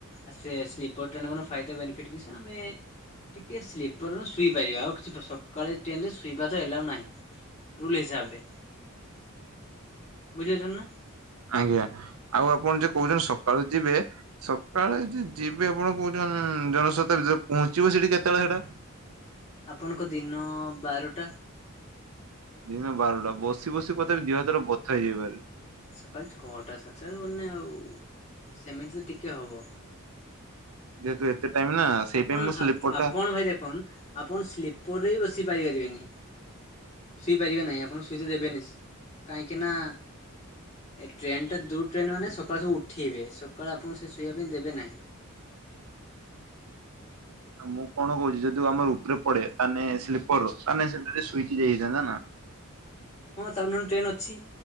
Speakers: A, on the left (about 30°); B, on the right (about 85°).
A: ଆ ସେ ସ୍ଲିପର ଟେନରେ ଗଲେ ଫାଇଦା ବେନିଫିଟ କିଛି ଆମେ ଟିକେ ସ୍ଲିପର୍ <unintelligible> ଶୁଇପାରିବା ଆଉ କିଛି ସକାଳେ ଟ୍ରେନ ରେ ଶୋଇବା ତ ଏଲାଓ ନାହିଁ। ରୁଲ ହିସାବରେ ବୁଝିପାରୁଛନ୍ତି ନା।
B: ଆଜ୍ଞା ଆଉ ଆପଣ ଯେ କହୁଛନ୍ତି ସକାଳୁ ଯିବେ। ସକାଳେ ଯ ଯିବେ ଆପଣ କୋହୁଛନ୍ତି ଜନସତାଦିରେ ପହଞ୍ଚିବ ସେଠି କେତେବେଳେ ହେଟା?
A: ଆପଣଙ୍କ ଦିନ ବାରଟା।
B: ଦିନ ବାରଟା ବସି ବସି କଥାପି ଦିହଥର ବଥା ହେଇଯିବ ଭାରି।
A: ସକାଳ ଛଅଟା ସାତଟାରୁ ମାନେ ଆଉ ସେମିତି ତ ଟିକେ ହବ।
B: ଯେହେତୁ ଏତେ ଟାଇମ ନା ସେଇ
A: ଆପଣ
B: ପାଇଁ ମୁଁ ସ୍ଲିପର ଟା
A: ଆପଣ ଭାଇ ଦେଖନ୍। ଆପଣ ସ୍ଲିପରରେ ବି ବସିପାଇ ପାରିବେନି। ଶୋଇପାରିବେ ନାହିଁ ଆପଣ ଶୋଇତେ ଦେବେନି କାହିଁକିନା ଏ ଟ୍ରେନଟା ଦୁଇ ଟ୍ରେନ ମାନେ ସକାଳୁ ସବୁ ଉଠେଇବେ ସକାଳୁ ଆପଣଙ୍କୁ ସେ ଶୋଇବା ପାଇଁ ଦେବେ ନାହିଁ।
B: ମୁଁ କଣ କହୁଛି ଯଦି ଆମର ଉପରେ ପଡେ ତାହେ ସ୍ଲିପର ର ତାହେ ସେ ଶୁଇକି ଯାଇ ହେଇଥାନ୍ତା ନା।
A: ହଁ ତାପରେ ନହେଲେ ଟ୍ରେନ୍ ଅଛି।